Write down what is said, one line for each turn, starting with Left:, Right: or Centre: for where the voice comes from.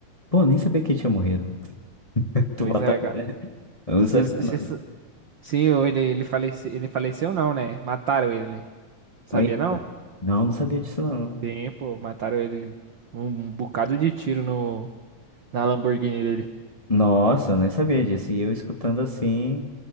Left: Pô, nem sabia que ele tinha morrido. <laughs> Tu
Right: Pois
Left: bota.
Right: é, cara.
Left: Eu
Right: Se-
Left: não sabia,
Right: se-
Left: não.
Right: se- Sim, ou ele, ele, falece, ele faleceu, não, né? Mataram ele, né? Sabia
Left: Eita.
Right: não?
Left: Não, não sabia disso, não.
Right: Sim, pô, mataram ele um, um bocado de tiro no, na Lamborghini dele.
Left: Nossa, eu nem sabia disso. E eu escutando assim,